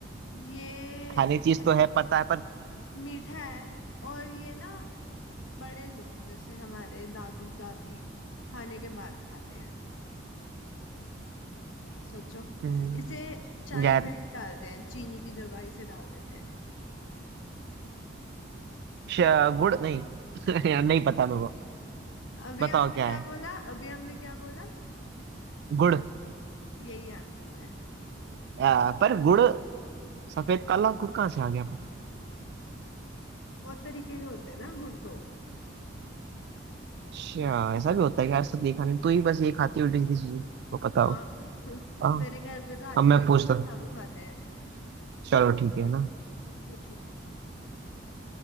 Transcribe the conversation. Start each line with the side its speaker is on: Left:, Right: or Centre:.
Left: ये
Right: खाने
Left: खा-
Right: की चीज तो है पता है पर
Left: मीठा है और ये ना बड़े लोग जैसे हमारे दादू दादी खाने के बाद खाते हैं सोचो
Right: हम्म,
Left: इसे चाय
Right: यार
Left: में भी डालते हैं चीनी की जगह इसे डाल देते हैं
Right: श, गुड़ नहीं <laughs> यार नहीं पता मेरे को
Left: अभी
Right: बताओ
Left: हमने
Right: क्या
Left: क्या
Right: है
Left: बोला अभी हमने क्या बोला
Right: गुड़
Left: यही आंसर है
Right: आ, पर गुड़ सफेद काला गुड़ कहाँ से आ गया पर
Left: बहुत तरीके के होते हैं ना गुड़ तो
Right: अच्छा ऐसा भी होता है कि आज तक देखा नहीं
Left: हाँ
Right: तू ही बस ये खाती उल्टी सीधी चीजें वो पता हो
Left: हाँ
Right: हाँ
Left: मेरे घर पे तो आती
Right: अब मैं
Left: रहती
Right: पूछता
Left: है ना
Right: हूँ।
Left: दादू खाते हैं
Right: चलो ठीक है ना
Left: पूछो